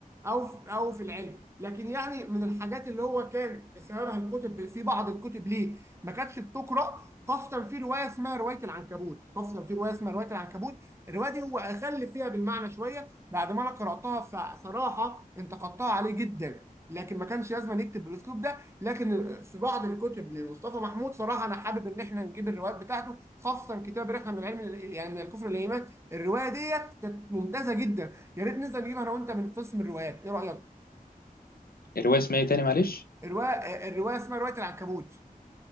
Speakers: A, on the right (about 20°); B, on the left (about 85°).
A: او في او في العلم لكن يعني من الحاجات اللي هو كان سببها الكتب في بعض الكتب ليه ما كانتش بتقرا خاصه في روايه اسمها روايه العنكبوت خاصه في روايه اسمها روايه العنكبوت الروايه دي هو اخل فيها بالمعنى شويه بعد ما انا قراتها فصراحه انتقدتها عليه جدا لكن ما كانش لازم يكتب بالاسلوب ده لكن في بعض الكتب لمصطفى محمود صراحه انا حابب ان احنا نجيب الروايات بتاعته خاصه كتاب رحله من علم يعني من الكفر للايمان الروايه ديت كانت ممتازه جدا يا ريت ننزل نجيبها انا وانت من قسم الروايات ايه رايك
B: الرواية اسمها ايه تاني معلش
A: الروايه الروايه اسمها روايه العنكبوت